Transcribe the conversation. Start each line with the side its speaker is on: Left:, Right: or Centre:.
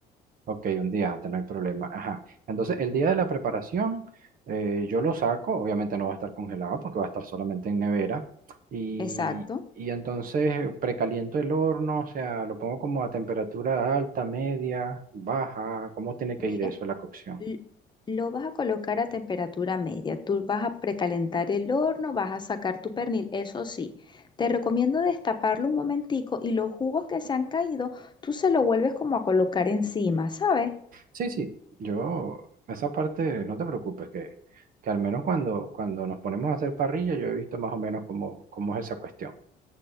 Right: Ok, un día antes, no hay problema. Ajá. Entonces, el día de la preparación, eh, yo lo saco, obviamente no va a estar congelado porque va a estar solamente en nevera. Y,
Left: Exacto.
Right: y entonces eh, precaliento el horno, o sea, lo pongo como a temperatura alta, media, baja. ¿Cómo tiene
Left: Mira,
Right: que ir eso, la cocción?
Left: l- lo vas a colocar a temperatura media. Tú vas a precalentar el horno, vas a sacar tu pernil. Eso sí, te recomiendo destaparlo un momentico y los jugos que se han caído, tú se lo vuelves como a colocar encima, ¿sabes?
Right: Sí, sí, yo, esa parte, no te preocupes, que, que al menos cuando, cuando nos ponemos a hacer parrilla, yo he visto más o menos cómo, cómo es esa cuestión.